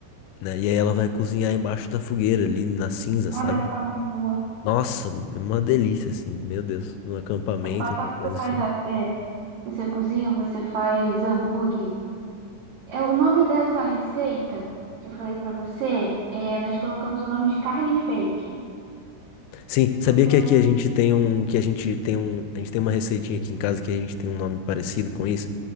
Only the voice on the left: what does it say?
né? E aí ela vai cozinhar embaixo da fogueira ali na cinza,
sabe?
Nossa, é uma delícia assim. Meu Deus, num acampamento,
uma coisa
assim.
Sim, sabia
que
aqui a gente tem um que a gente tem um, a gente tem uma receitinha aqui em casa que a gente tem um nome parecido com isso?